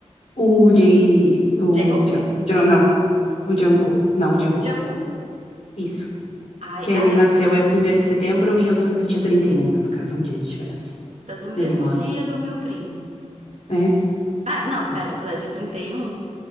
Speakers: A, on the left (about 75°); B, on the right (about 75°).
A: o J, o
B: J-Hope.
A: J, J- não, o Jungkook, não, o Jungkook,
B: Jungkook?
A: isso.
B: Ai,
A: Que ele
B: é.
A: nasceu é primeiro de setembro e eu sou do dia 31, né, no caso, um dia de diferença,
B: Tá do mesmo
A: mesmo ano,
B: dia do meu primo.
A: é,
B: Ah, não,
A: que fiz.
B: pera, tu é de 31.